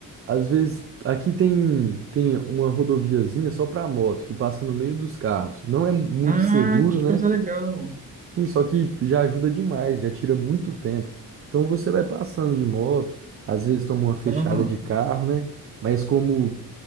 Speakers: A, on the right; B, on the right.
A: às vezes, aqui tem, tem uma rodoviazinha só para moto, que passa no meio dos carros. Não é muito
B: Ah,
A: seguro,
B: que
A: né?
B: coisa legal.
A: Sim, só que já ajuda demais, já tira muito tempo. Então, você vai passando de moto, às vezes toma uma fechada
B: Aham.
A: de carro, né? Mas como